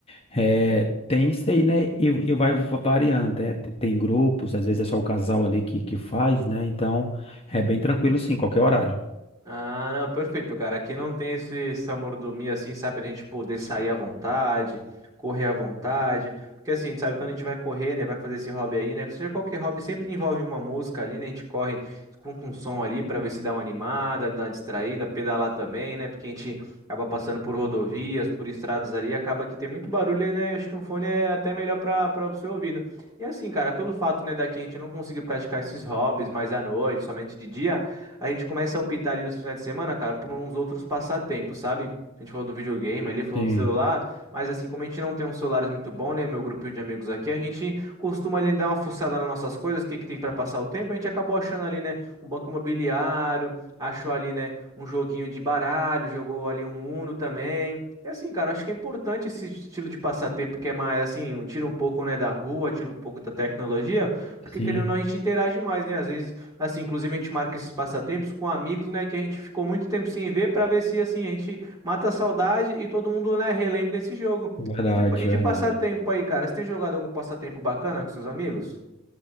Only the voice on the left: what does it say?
é, tem isso aí, né? E, e vai va- variando, né? Tem tem grupos, às vezes é só o casal ali que, que faz, né? Então, é bem tranquilo, sim, qualquer horário.
Sim,
sim,
verdade,
verdade.